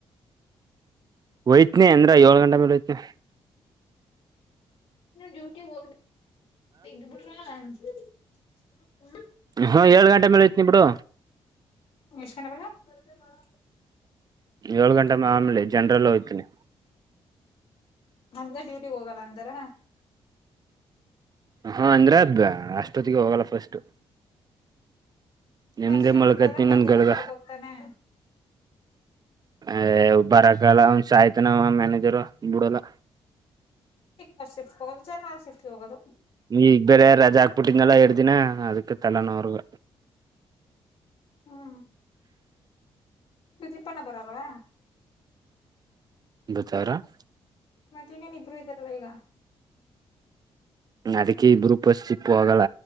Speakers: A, on the right (about 40°); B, on the left (about 65°).
A: ಹೋಯ್ತನಿ ಅಂದ್ರ ಏಳ್ ಗಂಟ ಮೇಲೆ ಹೋಯ್ತೆನೆ.
B: ಡ್ಯೂಟಿ ಹೋಗದ ಇದ್ ಬಿಟ್ರ ಹ.
A: ಹಾ ಏಳ್ ಗಂಟೆ ಮೇಲೆ ಹೋಯ್ತನಿ ಬಿಡು.
B: <unintelligible> ಬಲ್ಲ. <unintelligible>
A: ಏಳು ಗಂಟೆ ಆಮೇಲೆ ಜನರಲ್ ಹೋಯ್ತನಿ.
B: ಹಂಗ ಡ್ಯೂಟಿಗ್ ಹೋಗಲ್ಲ ಅಂತಾರ.
A: ಹಾ, ಅಂದ್ರ ದ ಅಷ್ಟೊತ್ತಿಗೆ ಹೋಗಲ್ಲ ಫಸ್ಟ್ ನೆಮ್ಮದಿ
B: ಫಸ್ಟ್
A: ಆಗಿ
B: ಶಿಫ್ಟ್
A: ಮಲ್ಕತ್ತೆನಿ
B: ಹೋದ್ರ ಮಧ್ಯಾಹ್ನಕ್
A: ಒಂದ ಗಳಿಗ
B: ಬರ್ಬೇಕ್ ತಾನೆ
A: ಏಯ್ ಬರಕ್ಕಾಗಲ್ಲ ಅವನ ಸಾಯ್ತನ ಅವ ಮ್ಯಾನೇಜರ್ ಬುಡಲ್ಲಾ.
B: ಮ ಶಿಫ್ಟ್ <unintelligible> ಜನರಲ್ ಶಿಫ್ಟ್ ಗೆ ಹೋಗೋದು.
A: ಈ ಈಗ ಬೇರೆ ರಜಾ ಹಾಕ್ಬಿಟ್ಟಿಂದಲ್ಲ ಎರಡ್ ದಿನ ಅದಕ್ಕೆ ತಲೆನೋ ಅವ್ರ
B: ಹ್ಮ್, ಪ್ರದಿಪ್ಪನ್ನ ಬರಲ್ಲಾ
A: ದಚರ <inaudible>
B: ಮತ್ತೆ ಇನ್ನೇನ್ ಇಬ್ರು ಇದ್ದಾರಲ್ಲ ಈಗ.
A: ಅದಕ್ಕೆ ಈ ಬ್ರರುೂ <unintelligible> ಪ್ಸ್ ಚಿಪ್ಪ ಹೋಗಲ್ಲ